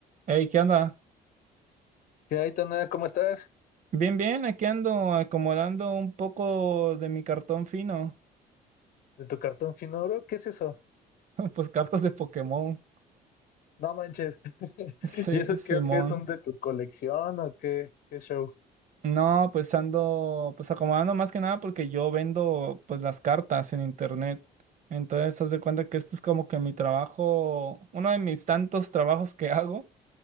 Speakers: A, on the right; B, on the left.
A: Hey, ¿qué onda?
B: ¿Qué hay, Tana? ¿Cómo estás?
A: Bien, bien, aquí ando acomodando un poco de mi cartón fino.
B: ¿De tu cartón finuro, ¿Qué es eso?
A: <laughs> Pues cartas de Pokémon.
B: No manches. <laughs>
A: Sí,
B: ¿Y eso
A: Simón.
B: creo que es un de tu colección o qué, qué show?
A: No, pues ando pues acomodando más que nada porque yo vendo pues las cartas en internet. Entonces, haz de cuenta que esto es como que mi trabajo, uno de mis tantos trabajos que hago.